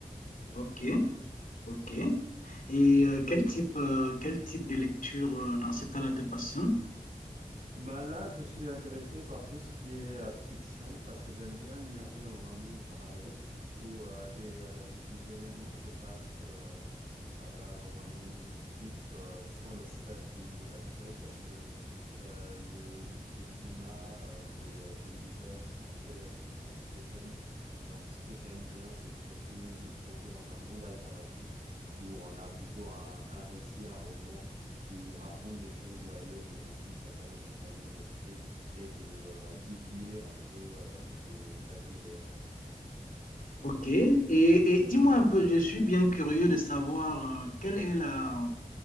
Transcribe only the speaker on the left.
Ok, ok. Et euh, quel type, euh, quel type de lecture euh, dans ce cas-là te passionne?
Ok. Et, et dis-moi un peu, je suis bien curieux de savoir euh, quelle est la,